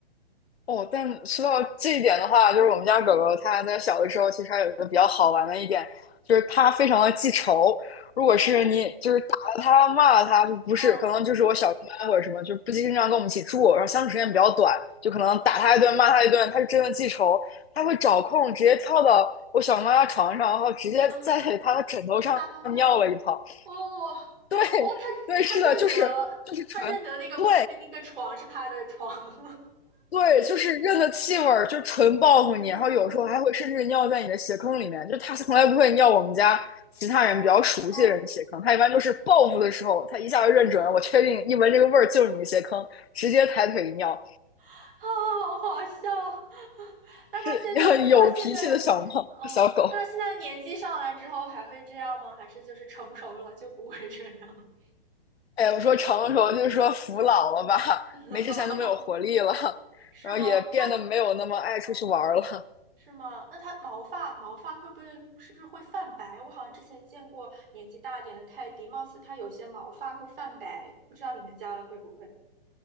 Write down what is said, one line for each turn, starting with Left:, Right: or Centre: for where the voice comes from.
Left: 哦，但说到这一点的话，就是我们家狗狗它在小的时候，
Right: 嗯，
Left: 其实还有一个比较好玩的一点，就是它非常的记仇。如果是你就是打了它、
Right: 哦，
Left: 骂了它，就不是，
Right: 啊
Left: 可能就是我小姨妈或者什么，就不经常跟我们一起住，
Right: 嗯
Left: 然后相处时间比较短，
Right: 嗯
Left: 就可能打它一顿、
Right: 嗯
Left: 骂它一顿，它就真的记仇，它会找空直接跳到我小姨妈家床上，
Right: 嗯
Left: 然后直接在她的枕头上尿了一泡。
Right: 嗯，撒泡尿吗？
Left: <laughs>
Right: 哦哦，
Left: 对，
Right: 他他认得他认得那个那个床是他的床。
Left: 对，是的，就是就是传。对，
Right: <laughs>
Left: 对，就是认的气味儿，就纯报复你，
Right: 哦
Left: 然后有时候还会甚至尿在你的鞋坑里面。就它从来不会尿我们家其他人比较熟悉的人的鞋坑，
Right: 哦哦
Left: 它一般就是报复的时候，它一下就认准了，
Right: 哦，
Left: 我确定一闻这个味儿就是你的鞋坑，直接抬腿一尿。
Right: <laughs> 好好笑。<laughs> 那他现在，
Left: 是 <laughs> 要有脾气的小猫小狗。
Right: 那他现在，哦，那他现在年纪上来之后还会这样吗？还是就是成熟了就不会这样？
Left: 哎，我说成熟就是说服老了吧，
Right: 嗯，<laughs>
Left: 没之前那么有活力了，
Right: 是吗？
Left: 然后也变得没有那么爱出去玩儿了。
Right: 他，哦，是吗？那他毛发毛发会不会是不是会泛白？我好像之前见过年纪大一点的泰迪，貌似他有些毛发会泛白，不知道你们家的会不会？